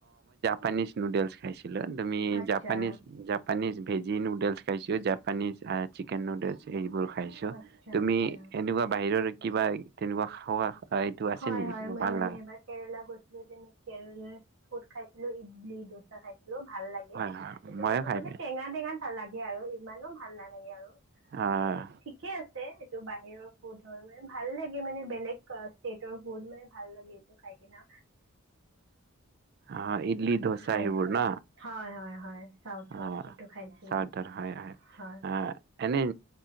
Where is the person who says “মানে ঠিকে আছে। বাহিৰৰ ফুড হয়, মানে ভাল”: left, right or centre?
Right